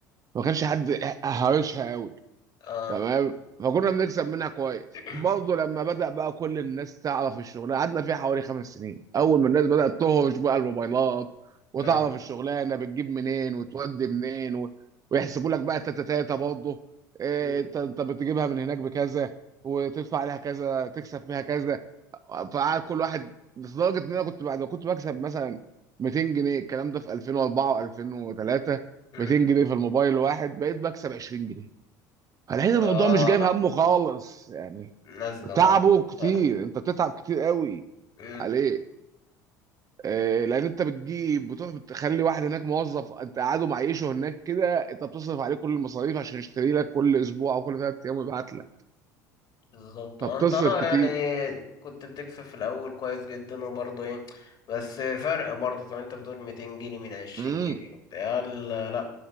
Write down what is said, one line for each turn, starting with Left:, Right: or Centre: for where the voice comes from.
Right: ما كانش حد هارشها قوي
Left: آه.
Right: تمام فكنا بنكسب منها كويس
Left: <clears throat>
Right: برضه لما بدأ بقى كل الناس تعرف الشغلانه قعدنا فيها حوالي خمس سنين اول ما الناس بدأت تهرش بقى الموبايلات وتعرف
Left: كلام
Right: الشغلانه بتجيب منين وتودي منين و... ويحسبوا لك بقى التاتا تاتا برضه إيه،
Left: مم.
Right: انت انت بتجيبها من هناك بكذا وتدفع عليها كذا تكسب فيها كذا فقعد كل واحد لدرجه ان انا كنت بعد ما كنت بكسب مثلا 200 جنيه الكلام ده في 2004 و2003
Left: مم.
Right: 200 جنيه في الموبايل الواحد بقيت بكسب 20 جنيه هنلاقي الموضوع
Left: اه
Right: مش جايب همه خالص يعني
Left: نازلة
Right: تعبه
Left: برضه
Right: كتير
Left: فرق.
Right: انت بتتعب كتير قوي
Left: مم.
Right: عليه آه، لان انت بتجيب بتروح بتخلي واحد هناك موظف انت قاعده معيشه هناك كده انت بتصرف عليه كل المصاريف عشان يشتري لك كل اسبوع او كل ثلاث ايام ويبعت لك
Left: بالظبط
Right: فبتصرف
Left: آه، انت اه
Right: كتير
Left: يعني كنت بتكسب في الاول كويس جدا وبرضه ايه بس فرق برضه طب انت بتقول 200 جنيه من 20
Right: امم
Left: جنيه وبتاع لا لا.